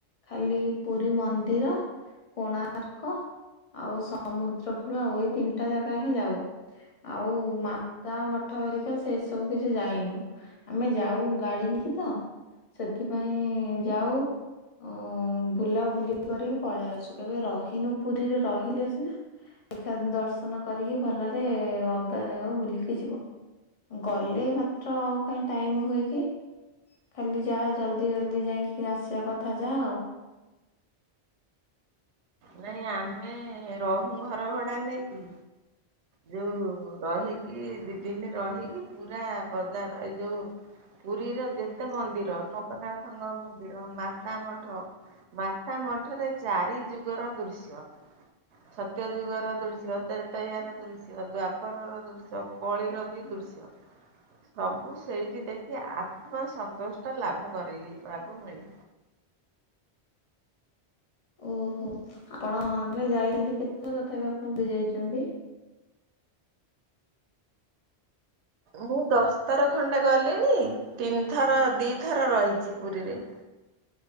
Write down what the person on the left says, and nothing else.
ଖାଲି ପୁରୀ ମନ୍ଦିର କୋଣାର୍କ ଆଉ ସମୁଦ୍ରକୂଳ ଆଉ ଏଇ ତିନିଟା ଜାଗା ହିଁ ଯାଏ। ଆଉ ମାତାମଠ ହେରିକା ସେ ସବୁ କୁ ଯା ଯାଇନୁ ଆମେ ଯାଉ ଗାଡି ନେଇକି ତ ସେଥିପାଇଁ ଯାଉ ଉଁ ବୁଲା ବୁଲି କରିକି ପଳେଇ ଆସୁ କେବେ ରହିନୁ ପୁରୀରେ ରହିଲେ ସିିନା ଦେଖା ଦର୍ଶନ କରିକି ଭଲରେ ଅଲଗା ଜାଗାକୁ ବୁଲିକି ଯିବ। ଗଲ-୍- ହେଲେ ମାତ୍ର ଆଉ କାଇଁ ଟାଇମ୍ ହୁଏ କି। ଖାଲି ଯା ଜଲ୍ଦି ଜଲ୍ଦି ଯାଇକି ଆସିଵା କଥା ଯାହା ଆଉ।
ଓହୋ ଆପଣ ଯୋଉ ଯାଇଚନ୍ତି, କେତେଥର ତଥାପି ଆପଣ ପୁରୀ ଯାଇଛନ୍ତି?